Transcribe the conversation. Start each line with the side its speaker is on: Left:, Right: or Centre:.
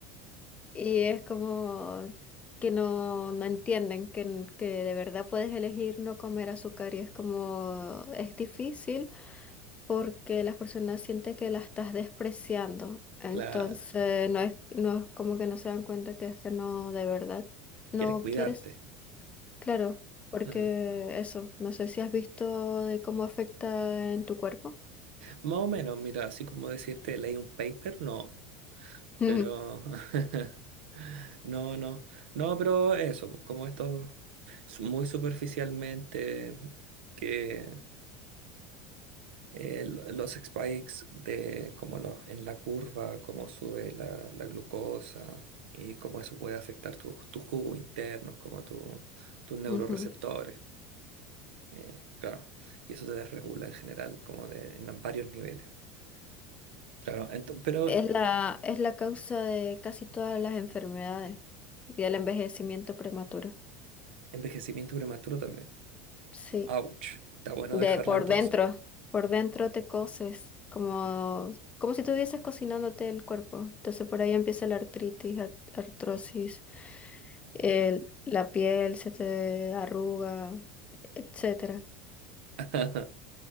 Left: Y es como que no, no entienden que, n- que de verdad puedes elegir no comer azúcar. Y es como, es difícil porque las personas sienten que la estás despreciando. Entonces,
Right: Claro,
Left: no es, no es como que no se dan cuenta que es que no, de verdad, no
Right: quieres cuidarte.
Left: quieres. Claro, porque
Right: Ujú.
Left: eso, no sé si has visto de cómo afecta en tu cuerpo.
Right: Más o menos, mira, así como decirte leí un paper, no,
Left: Ujú,
Right: pero <laughs> no, no, no, pero eso, pues como esto su- muy superficialmente que eh, lo- los spikes de como los, en la curva, cómo sube la, la glucosa y cómo eso puede afectar tus tus jugos internos, como tu- tus neuroreceptores.
Left: ujú.
Right: eh, claro, y eso te desregula en general, como de, en varios niveles. Claro, ento- pero
Left: Es la, es la causa de casi todas las enfermedades y del envejecimiento prematuro.
Right: envejecimiento prematuro también.
Left: Sí,
Right: Ouch, está bueno
Left: de
Right: dejarla
Left: por
Right: entonces.
Left: dentro, por dentro te coces, como, como si estuvieses cocinándote el cuerpo. Entonces por ahí empieza la artritis, ar- artrosis, el- la piel se te arruga, etcétera.
Right: <laughs>